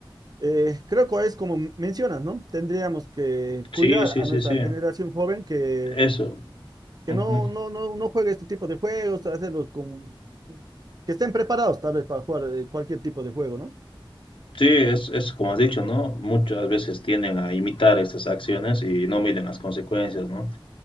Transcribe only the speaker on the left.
Sí,
sí,
sí,
sí.
Eso.
ujú.
Sí, es, es como has dicho, ¿no? Muchas veces tienden a imitar estas acciones y no miden las consecuencias, ¿no?